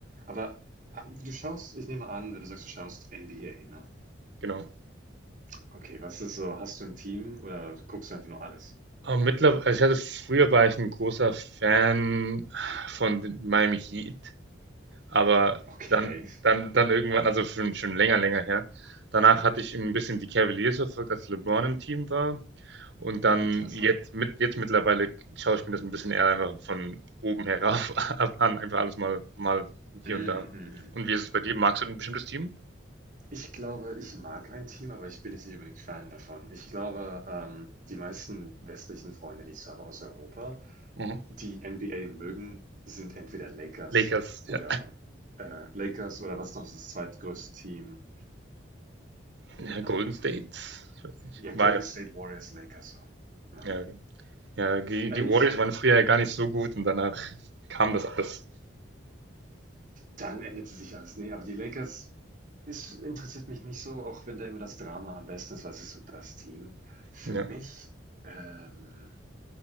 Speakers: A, on the right; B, on the right.
A: aber äh, du schaust, ich nehme an, wenn du sagst, du schaust NBA, ne?
B: genau.
A: Okay, was ist so? Hast du ein Team oder guckst du einfach nur alles?
B: Ähm, mittler also ich hatte früher war ich ein großer Fan von den Miami Heat, aber
A: Okay,
B: dann dann dann irgendwann also schon schon länger, länger her. Danach hatte ich ein bisschen die Cavaliers verfolgt, als LeBron im Team war und
A: <laughs>
B: dann
A: interessant.
B: jetzt mit jetzt mittlerweile schaue ich mir das ein bisschen eher einfach von oben herauf <laughs> ab an, einfach alles mal mal hier
A: Mm,
B: und da.
A: mm, mm.
B: Und wie ist es bei dir? Magst du ein bestimmtes Team?
A: Ich glaube, ich mag ein Team, aber ich bin jetzt nicht unbedingt Fan davon. Ich glaube, ähm, die meisten westlichen Freunde, die ich so habe aus Europa,
B: Mhm.
A: die NBA mögen, sind entweder Lakers
B: Lakers,
A: oder
B: ja.
A: äh, Lakers oder was noch ist das zweitgrößte Team?
B: Ja, Golden
A: Ähm,
B: State? Ich weiß nicht.
A: ja,
B: War
A: Golden
B: ja
A: State Warriors, Lakers so. Ja.
B: ja, genau. Ja, die,
A: Äh,
B: die
A: ich,
B: Warriors waren früher ja gar nicht so gut und danach <laughs> kam das alles.
A: dann änderte sich alles. Nee, aber die Lakers ist, interessiert mich nicht so, auch wenn da immer das Drama am besten ist, was ist so das Team. Für
B: Ja,
A: mich, ähm,